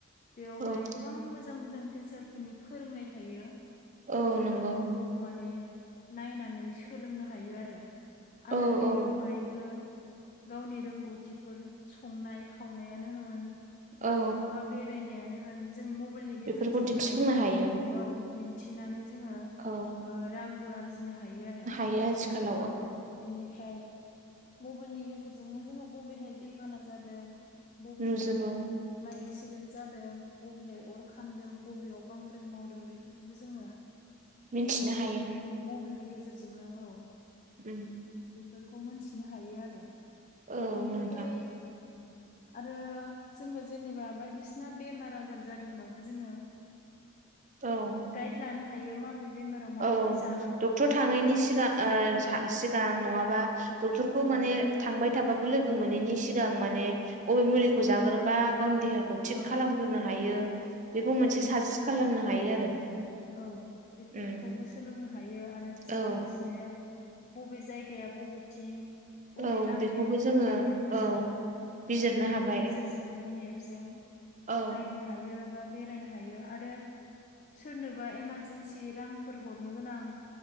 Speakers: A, on the left; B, on the right.
A: बेवहाय
B: औ
A: गोबां मोजां मोजां मोजां टिचारफोरनि फोरोंनाय थायो
B: औ
A: जोङो
B: नंगौ
A: बेखौ माने नायनानै सोलोंनो हायो आरो आरो
B: औ
A: बेनि
B: औ
A: अनगायैबो गावनि रोंगौथिफोर संनाय खावनायानो होन बा
B: औ
A: बहाबा बेरायनायानो होन जों मबाइलनि गेजेरजोंहाय
B: बेफोरखौ दिन्थिफुंनो हायो
A: औ दिन्थिनानै जोङो
B: औ।
A: रांबो आरजिनो हायो आरो
B: आजखाल
A: औ बेनिफ्राय मबाइलनि गेजेरजोंनो जोङो बबेहाय दैबाना जादों बबेहाय
B: नुजोबो
A: माइ एक्सिडेन्ट जादों बबेहाय अर खामदों बबेयाव बांग्रिं मावदों बेफोरखौबो जोङो
B: मिन्थिनो हायो
A: मबाइलनि गेजेरजोंनो औ
B: उम
A: बेफोरखौ मोनथिनो हायो आरो
B: औ
A: बेनिफ्राय
B: नोंथां
A: आरो जोङो जेनेबा बायदिसिना बेमार आजार जादोंबाबो जोङो
B: औ
A: गाइड लानो हायो माबे बेमाराव माबायदि
B: औ
A: जानांगौ
B: डक्टर थाङैनि
A: माबायदि एक्सारसाइस
B: सिगां
A: औ
B: सिगां नङाबा डक्टरखौ
A: औ
B: माने थांबाय थाबाबो लोगो मोनैनि सिगां माने अबे मुलिखौ जाग्रोबा गावनि देहाखौ खौ
A: औ
B: थिग खालामग्रोनो हायो बेखौ
A: औ
B: मोनसे साजेस् खालामनो हायो आरो।
A: औ बेफोरखौबो
B: उम
A: सोलोंनो हायो आरो बेजों
B: औ
A: लोगोसेनो बबे जायगाया बबेथिं बबे
B: औ
A: लामाया
B: बेखौबो
A: बबेथिं
B: जोङो
A: बेखौ
B: औ
A: जों
B: बिजिरनो
A: मबाइलनि
B: हाबाय
A: गेजेरजोंनो मेपजों
B: औ
A: नायनो हायो बा बेरायनो हायो आरो सोरनोबा इमारजेन्सि रांफोर हरनो गोनां